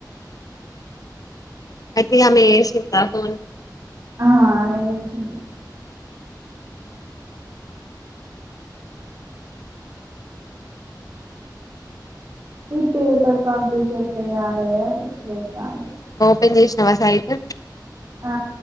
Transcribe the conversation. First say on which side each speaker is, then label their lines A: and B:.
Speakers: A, on the left; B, on the right.
A: అయితే ఆమె ఎసిండా ఫన్
B: ఆ ఆమే ఏసింది ఈ పేపర్ పబ్లిష ఆదే పిచ్చే చెస్టాండి
A: పెజేష్ణవాసయిట్
B: ఆ